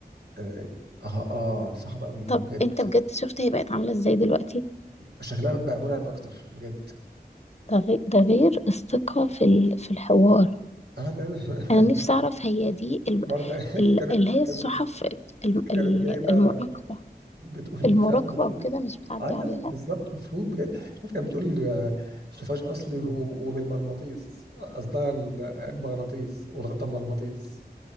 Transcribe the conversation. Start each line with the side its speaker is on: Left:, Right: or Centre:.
Right: اه اه آه، دي صعبه قوي دي
Left: طب
Right: بجد
Left: انت بجد شفت هي بقت عاملة ازاي دلوقتي
Right: شكلها بقى مرعب اكتر بجد
Left: ده غير, ده غير الثقة في ال... في الحوار
Right: اه لا لا <laughs>
Left: انا نفسي اعرف هي دي ال...
Right: برضه
Left: ال...
Right: كانت
Left: اللي هي
Right: كانت
Left: الصحف الم-
Right: كانت
Left: ال-
Right: جايبه
Left: المراقبة
Right: بتقول
Left: المراقبة
Right: مش عارف بتقول
Left: وكده مش بتعدي
Right: اه لا
Left: عليها
Right: لا بالظبط المفروض بجد مش عارف كانت بتقول آه، سوفاج اصلي وهو- وبالمغناطيس قصدها ال- المغناطيس والغطا مرمطيس